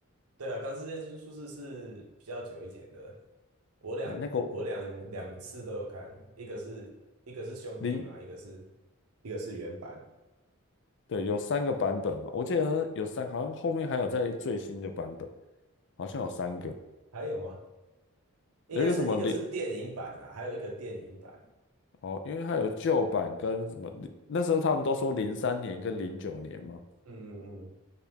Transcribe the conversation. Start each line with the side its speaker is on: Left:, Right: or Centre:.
Right: 对啊，钢之炼金术士是比较久一点的，我两我两两次都有看，
Left: 那那个我
Right: 一个是一个是兄弟嘛，
Left: 零，
Right: 一个是一个是原版，
Left: 对，有三个版本嘛，我记得有三，好像后面还有在最新的版本，好像有三个，
Right: 还有吗？应该是一个是电影版啊，
Left: 有一个什么零，
Right: 还有一个电影版。
Left: 哦，因为它有旧版跟什么零，那时候他们都说零三年跟零九年嘛。
Right: 嗯嗯嗯，